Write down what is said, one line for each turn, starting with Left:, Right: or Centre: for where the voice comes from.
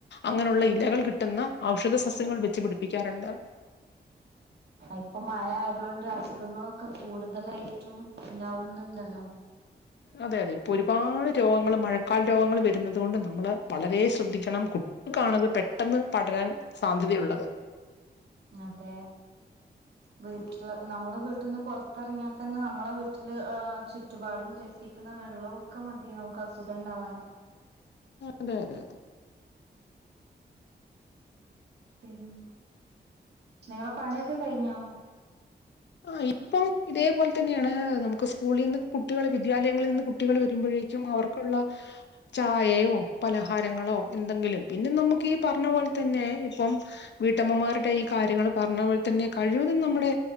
Left: അങ്ങനെള്ള ഇലകൾ കിട്ടുന്ന ഔഷധ സസ്യങ്ങൾ വെച്ച് പിടിപ്പിക്കാറ്ണ്ട്
Right: ഇപ്പൊ മഴ ആയതൊണ്ട് അസുഖങ്ങളൊക്കെ കൂടുതലായിട്ടും ഉണ്ടാവുന്നുണ്ടല്ലോ?
Left: അതെ അതെ ഇപ്പൊ ഒരുപാട് രോഗങ്ങൾ മഴക്കാല രോഗങ്ങൾ വരുന്നത് കൊണ്ട് നമ്മള് വളരെ ശ്രദ്ധിക്കണം. ക്കാണത് പെട്ടെന്ന് പടരാൻ സാധ്യതയുള്ളത്
Right: അതെ വീട്ടില് നമ്മള് വീട്ടിന്ന് പോറത്തിറങ്ങിയാ തന്നെ നമ്മളെ വീട്ടില് ചുറ്റുപാടുംക്കെ കുടിക്കുന്ന വെള്ളവും ഒക്കെ മതിയാവും ക്ക അസുഖം ഇണ്ടാവാന്
Left: അതെ അതെ അതെ
Right: പിന്നെ നിങ്ങളെ പണിയൊക്കെ കഴിഞ്ഞോ?
Left: ആഹ് ഇപ്പം ഇതേപോലെ തന്നെണ് നമുക്ക് സ്കൂളിൽ നിന്ന് കുട്ടികൾ വിദ്യാലയങ്ങളിൽ നിന്ന് കുട്ടികൾ വരുമ്പഴേ ച്ചും അവർക്കുള്ള ചായയോ, പലഹാരങ്ങളോ എന്തെങ്കിലും പിന്നെ നമുക്ക് ഈ പറഞ്ഞ പോലെ തന്നെ ഇപ്പം വീട്ടമ്മമാരുടെ
Right: ഉം
Left: ഈ കാര്യങ്ങള് പർഞ്ഞ പോലെ തന്നെ കഴിവതും നമ്മുടെ